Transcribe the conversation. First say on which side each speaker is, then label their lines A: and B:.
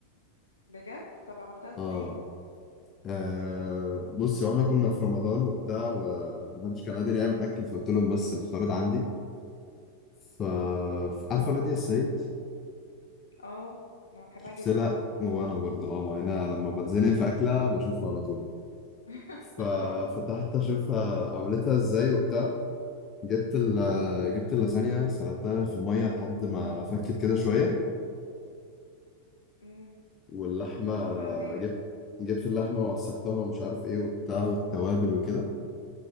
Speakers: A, on the left; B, on the left.
A: بجد طب عملتها ازاي
B: اه آه بصي واحنا كنا في رمضان وبتاع ومحدش كان قادر يعمل اكل فقلت لهم بس الفطار ده عندي ف عارفه نادية السيد
A: اه انا بحبها
B: سلق
A: جدا
B: وانا برضو اه مع انها لما بتزنق في اكلها بشوفها على طول
A: <laughs>
B: ففتحت
A: اه
B: اشوفها عملتها ازاي وبتاع جبت ال جبت اللازانيا سلقتها في الميه لحد ما فكت كده شويه
A: امم
B: واللحمه
A: بعدين
B: جبت جبت اللحمه وعصقتها ومش عارف ايه وبتاع والتوابل وكده